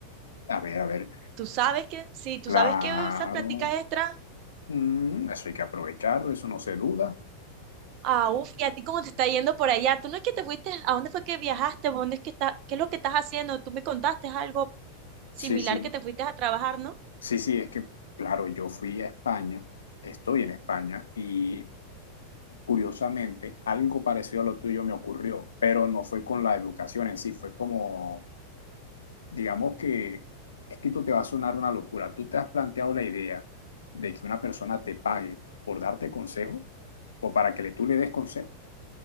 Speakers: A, on the left; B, on the right.
A: A ver, a ver,
B: tú sabes que, sí, tú
A: claro.
B: sabes que esas prácticas extras,
A: mm, eso hay que aprovecharlo, eso no se duda.
B: ah, uf, y a ti cómo te está yendo por allá, tú no es que te fuiste, ¿a dónde fue que viajaste? ¿Dónde es que está, qué es lo que estás haciendo? Tú me contaste algo similar
A: Sí, sí,
B: que te fuiste a trabajar, ¿no?
A: sí, sí, es que, claro, yo fui a España, estoy en España y curiosamente algo parecido a lo tuyo me ocurrió, pero no fue con la educación en sí, fue como digamos que esto te va a sonar una locura. ¿Tú te has planteado la idea de que una persona te pague por darte consejos o para que le- tú le des consejos?